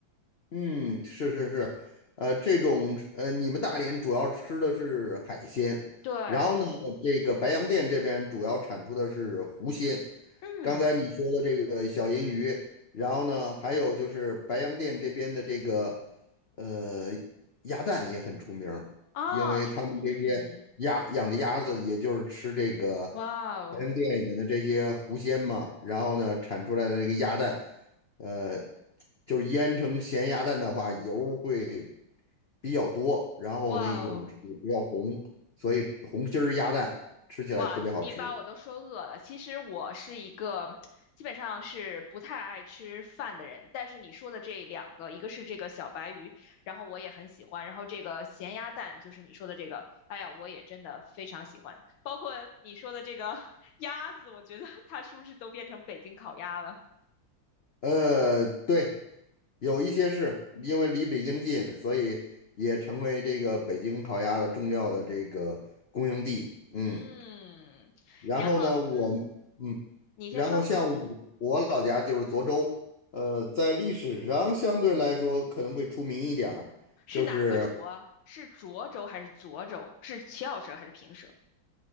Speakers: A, on the left; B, on the left.
A: 嗯，是是是，呃，这种呃，你们大连主要吃的是海鲜，
B: 对，
A: 然后呢，这个白洋淀这边主要产出的是湖鲜。
B: 嗯，
A: 刚才你说的这个小银鱼，然后呢，还有就是白洋淀这边的这个呃鸭蛋也很出名儿因为他们这些鸭养的鸭子，
B: 哦，你嗯。
A: 也就是吃这个
B: 哇哦，
A: 白洋淀里面的这些湖鲜嘛，然后呢，产出来的这个鸭蛋。呃，就是腌成咸鸭蛋的话，油会比较多，然后那种是比较红，
B: 哇哦，
A: 所以红心儿鸭蛋吃起来特别好吃。
B: 哇！你把我都说饿了。其实我是一个基本上是不太爱吃饭的人，但是你说的这两个，一个是这个小白鱼，然后我也很喜欢，然后这个咸鸭蛋就是你说的这个，哎呀，我也真的非常喜欢。包括你说的这个 <laughs> 鸭子，我觉得 <laughs> 它是不是都变成北京烤鸭了？
A: 呃，对，有一些是因为离北京近，所以也成为这个北京烤鸭的重要的这个供应地。嗯，
B: 嗯，
A: 然后呢，
B: 然后嗯，
A: 我嗯，
B: 你先说，
A: 然后像我我老家就是涿州，
B: 嗯，
A: 呃，在历史上相对来说可能会出名一点儿，
B: 是哪个涿啊是涿州还是涿州？
A: 就是。
B: 是翘舌还是平舌？